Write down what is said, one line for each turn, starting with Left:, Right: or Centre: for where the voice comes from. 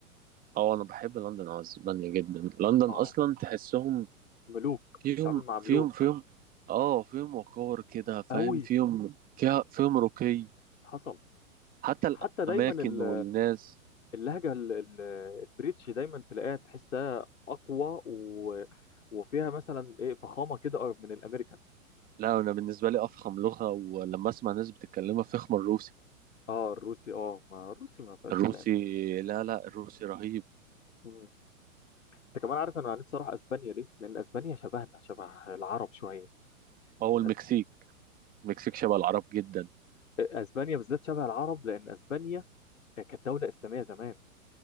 Right: اه انا بحب لندن اسبانيا جدا لندن
Left: اه
Right: اصلا تحسهم
Left: ملوك
Right: فيهم
Left: بتتعامل مع ملوك
Right: فيهم فيهم اه فيهم وقار كده فاهم
Left: قوي
Right: فيهم فيها فيهم رقي
Left: حصل
Right: حتى
Left: حتى دايما
Right: الاماكن
Left: ال-
Right: والناس
Left: اللهجه ال- ال- البريتش دايما تلاقيها تحسها اقوى و وفيها مثلا ايه فخامه كده أكتر من الامريكان
Right: لا انا بالنسبه لي افخم لغه ولما اسمع ناس بتتكلمها فخم الروسي
Left: اه الروسي اه ما الروسي ما فيهاش
Right: الروسي
Left: كلام دي
Right: لا لا الروسي رهيب
Left: مم. انت كمان عارف انا نفسي اروح اسبانيا ليه؟ لان اسبانيا شبهنا شبه العرب شويه
Right: او
Left: لان
Right: المكسيك المكسيك شبه العرب جدا
Left: اسبانيا بالذات شبه العرب لان اسبانيا كانت دوله اسلاميه زمان